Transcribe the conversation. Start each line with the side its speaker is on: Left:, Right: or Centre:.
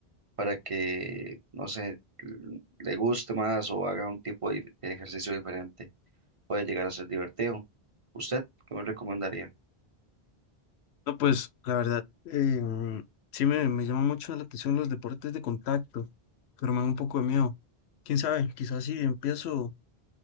Right: para que, no sé, l- le guste más o haga un tipo de de ejercicio diferente puede llegar a ser divertido. ¿Usted qué me recomendaría?
Left: No, pues la verdad, em, sí me, me llama mucho la atención los deportes de contacto, pero me da un poco de miedo. Quién sabe, quizás si empiezo